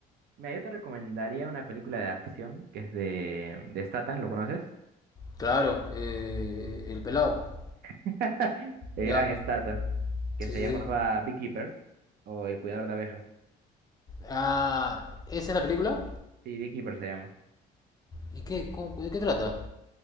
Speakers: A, on the right; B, on the left.
A: Mira, yo te recomendaría una película de acción que es de, de Statham, ¿lo conoces?
B: Claro, eh, El Pelado.
A: <laughs> El
B: Ya.
A: gran Statham, que
B: Sí,
A: se
B: sí,
A: llamaba
B: sí.
A: Beekeeper o El Cuidador de Abejas.
B: Ah, ¿esa es la película?
A: Sí, Beekeeper se llama.
B: ¿Y qué, cómo- de qué trata?